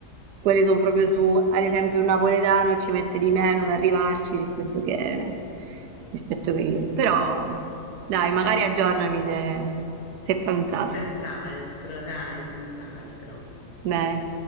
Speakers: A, on the right (about 85°); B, on the left (about 75°).
A: quelli sono proprio su, ad esempio un napoletano ci mette di meno ad arrivarci rispetto che, rispetto che io.
B: vuoi.
A: Però dai, magari aggiornami se, se fai un salto.
B: Senz'altro, dai, senz'altro.
A: Bene.